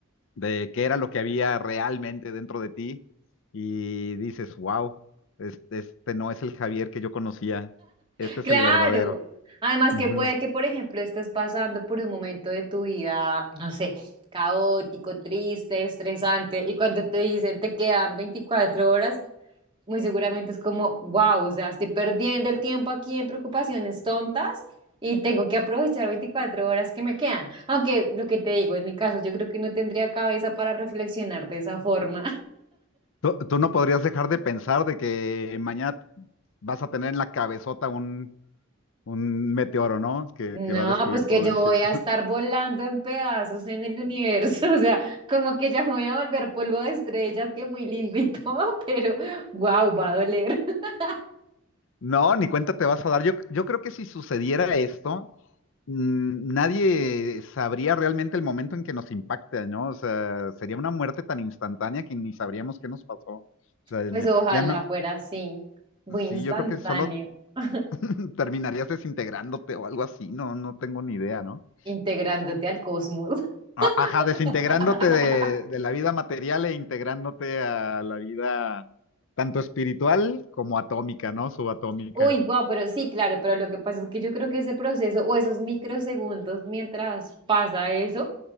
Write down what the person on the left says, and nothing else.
de qué era lo que había realmente dentro de ti y dices, wow, este, este no es el Javier que yo conocía, este es
el verdadero.
Ujú.
Tú, tú no podrías dejar de pensar de que mañana vas a tener en la cabezota un, un meteoro, ¿no? Que,
que va a destruir
todo
encima.
No, ni cuenta te vas a dar. Yo, yo creo que si sucediera esto, mm, nadie sabría realmente el momento en que nos impacta, ¿no? O sea, sería una muerte tan instantánea que ni sabríamos qué nos pasó. O sea,
ya
ya no,
sí, yo creo que solo
<laughs> terminarías desintegrándote o algo así, no, no tengo ni idea, ¿no?
A- Ajá, desintegrándote
de, de la vida material e integrándote a la vida tanto espiritual como atómica, ¿no? Subatómica.